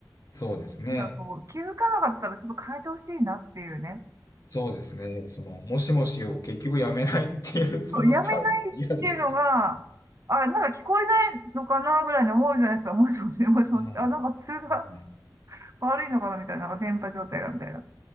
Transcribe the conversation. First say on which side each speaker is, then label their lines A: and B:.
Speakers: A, on the left; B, on the right.
A: そうですね。
B: なんかこう、気づかなかったらちょっと変えてほしいなっていうね。
A: そうですね。その、もしもしを結局やめないっていう、<laughs> そのスタンス、
B: そうやめないっていうのが、
A: 嫌ですね。
B: あ、なんか聞こえないのかなぐらいに思うじゃないですか。もしもし、もしもし。
A: はい。
B: あ、なんか通が
A: うん。
B: 悪いのかなみたいな、なんか電波状態がみたいな。